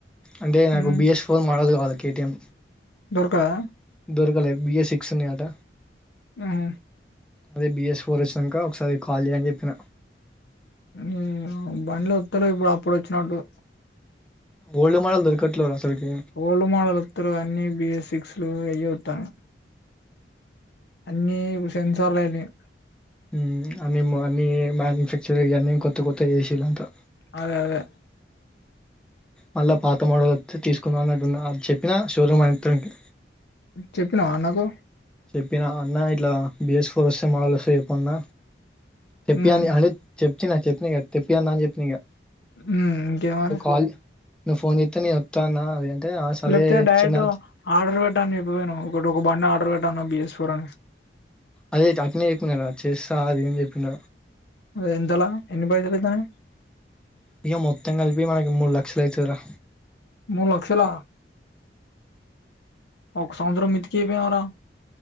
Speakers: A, in the centre; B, on the left (about 65°).
A: అంటే నాకు
B: ఉమ్
A: బిఎస్ ఫోర్ మోడల్ కావాల కేటీఎం
B: దొరకదా
A: దొర్కలే బిఏ సిక్స్ ఉన్నాయి అట
B: ఉహు
A: అదే బిఎస్ ఫోర్ వచ్చినాంక ఒకసారి కాల్ చేయ్ అని చెప్పిన
B: మ్ బండ్లు వత్తలే ఇప్పుడు అప్పుడు వచ్చినట్టు
A: ఓల్డ్ మోడల్ దొరకట్లేవు రా అసలుకి
B: ఓల్డ్ మోడల్ వత్తలేవు అన్ని బిఏ సిక్స్లు అయ్యే వత్తానయి అన్నీ ఇప్పుడు సెన్సార్లు అయినయి
A: మ్ అన్ని అన్ని మ్యానుఫ్యాక్చర్ వి అన్ని కొత్త కొత్త చేసీలు అంతా
B: అదే అదే
A: మళ్లా పాత మోడల్ వతే తీసుకుందం అన్నట్టు ఉన్న చెప్పినా షోరూమ్ అతనికి
B: చెప్పినవా అన్నకు
A: చెప్పిన అన్న ఇట్లా బిఎస్ ఫోర్ వస్తే మాల్స్ వస్తే చెప్పు అన్న తెప్పియి
B: ఉమ్
A: అన అదే చెప్పిన చెప్పిన ఇక తెప్పియి అన్న అని చెప్పిన ఇగ
B: మ్ ఇంకే మరి
A: నువ్వు కాల్ నువ్వు ఫోన్ చేత్తే నేను వత్తా అన్న అది అంటే ఆ సరే
B: లేకపోతే డైరెక్ట్
A: చిన్న
B: ఆర్డర్ పెట్టు అని చెప్పకపోయినవు ఒకటి ఒక బండి అన్న ఆర్డర్ పెట్టాన్న బి ఎస్ ఫోర్ అని
A: అదే అట్నే చెప్పినారా చేస్తా అది అని చెప్పిన
B: ఎంతలా ఎన్ని పైసలు అయితానాయి
A: ఇక మొత్తం కలిపి మనకి మూడు లక్షలు అయితది రా
B: మూడు లక్షాల ఒక సంవత్సరం మిత్తికి ఇయకపోయినవురా